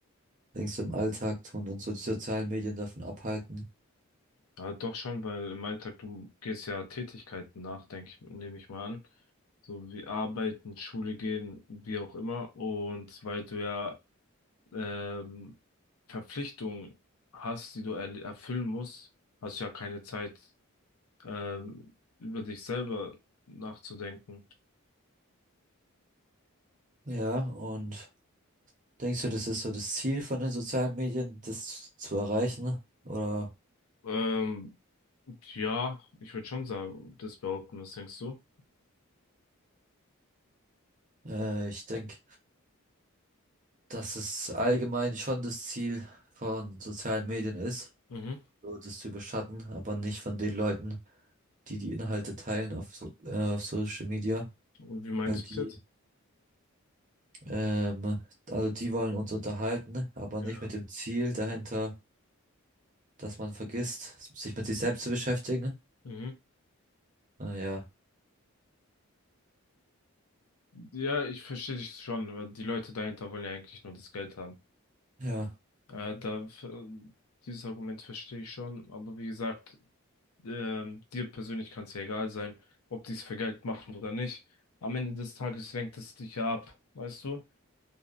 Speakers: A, on the right; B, on the left.
A: denkst du, im Alltag tun und so die sozialen Medien davon abhalten?
B: Ja, doch schon, weil im Alltag, du gehst ja Tätigkeiten nach, denke ich, nehme ich mal an. So wie arbeiten, Schule gehen, wie auch immer. Und weil du ja ähm, Verpflichtungen hast, die du erl- erfüllen musst, hast du ja keine Zeit, ähm, über dich selber nachzudenken.
A: Ja, und denkst du, das ist so das Ziel von den sozialen Medien, das zu erreichen? Oder
B: Ähm, ja, ich würde schon sagen, das behaupten, was denkst du?
A: äh, ich denke, dass es allgemein schon das Ziel von sozialen Medien ist,
B: Mhm.
A: so das zu überschatten, aber nicht von den Leuten, die die Inhalte teilen auf, so, äh, auf Social Media,
B: Und wie meinst
A: weil die,
B: du es jetzt?
A: ähm, also die wollen uns unterhalten, aber
B: Ja.
A: nicht mit dem Ziel dahinter, dass man vergisst, sich mit sich selbst zu beschäftigen.
B: Mhm.
A: Naja.
B: Ja, ich verstehe dich schon, weil die Leute dahinter wollen ja eigentlich nur das Geld haben.
A: Ja,
B: Äh, da, f- äh, dieses Argument verstehe ich schon, aber wie gesagt, ähm, dir persönlich kann es ja egal sein, ob die es für Geld machen oder nicht. Am Ende des Tages lenkt es dich ja ab, weißt du?